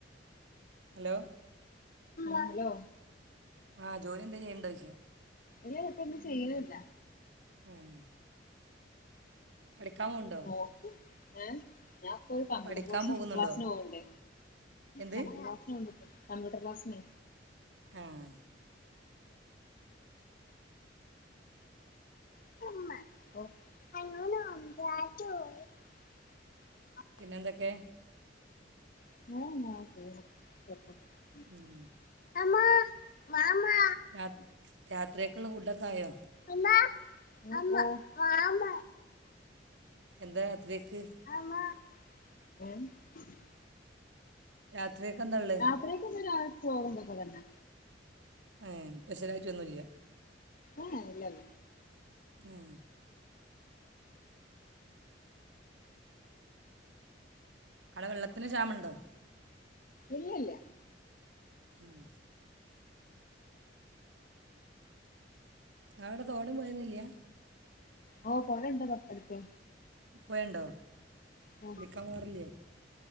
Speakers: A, on the right; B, on the left.
A: ഹലോ
B: ഹലോ
A: ആഹ് ജോലി എന്താ ചെയ്യ്ണ്ടോയ്ച്ച
B: ഇല്ല ഇപ്പൊന്നും ചെയ്യ്ണില്ല
A: ഉം പഠിക്കാമ്പോവ്ണ്ടോ
B: ഓക്കെ ഏഹ് ഞാൻപ്പോ ഒരു കമ്പ്യൂട്ടർ
A: പഠിക്കാൻ
B: ക്‌ളാസിന്
A: പോകുന്നുണ്ടോ
B: ക്ലാസ്സിന് പോവ്ണ്ട്
A: എന്ത്
B: കമ്പ്യൂട്ടർ ക്ലാസ്സിന് കമ്പ്യൂട്ടർ ക്ലാസ്സിന്.
A: ആഹാ.
B: <unintelligible>
A: പിന്നെന്തൊക്കെ?
B: <unintelligible>
A: ഉം..
B: അമ്മാ വമാ.
A: രാ രാത്രിക്കക്ക്ള്ള ഫുഡൊക്കെ ആയോ?
B: അമ്മാ ആ വാ അമ്മ..
A: എന്താ രാത്രിക്ക്?
B: <unintelligible>
A: രാത്രിക്കക്ക് എന്താ ഉള്ളേ?
B: രാത്രിക്കക്കെന്താ ചോറും, ഇതൊക്കെ തന്നെ.
A: ഏ സ്പെഷ്യലായിട്ട് ഒന്നുല്ല്യ.
B: ഏ ഇല്ലല്ലാ..
A: ഹേ.. അവിടെ വെള്ളത്തിന് ക്ഷാമമുണ്ടോ?
B: ഇല്ലല്ല.
A: ഉം.. ഇങ്ങളവിടെ തോടും പൊഴൊന്നുല്ല്യ?
B: ഓ പൊഴണ്ട് അപ്പർത്ത്.
A: പൊഴണ്ടോ
B: ആ
A: കുളിക്കാൻ പോവാറില്ലേ?